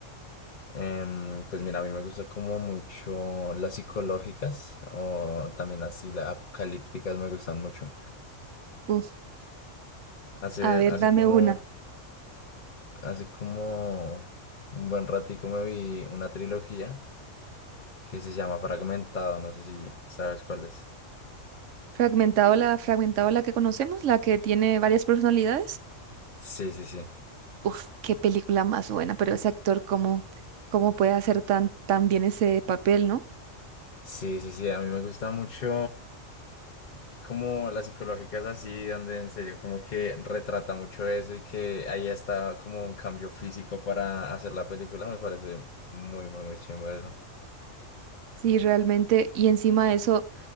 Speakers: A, on the left; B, on the right.
A: Em, pues mira, a mí me gusta como mucho las psicológicas o también así las apocalípticas me gustan mucho.
B: Uf,
A: Hace,
B: a ver,
A: hace
B: dame
A: como,
B: una.
A: hace como un buen ratico me vi una trilogía que se llama Fragmentado, no sé si sabes cuál es.
B: Fragmentado la, fragmentado la que conocemos, la que tiene varias personalidades.
A: Sí, sí, sí.
B: Uf, qué película más buena, pero ese actor, ¿cómo, cómo puede hacer tan, tan bien ese papel, ¿no?
A: Sí, sí, sí, a mí me gusta mucho como las psicológicas así, donde en serio como que retrata mucho eso y que ahí está como un cambio físico para hacer la película, me parece muy, muy, muy chimbo eso.
B: Sí, realmente, y encima de eso,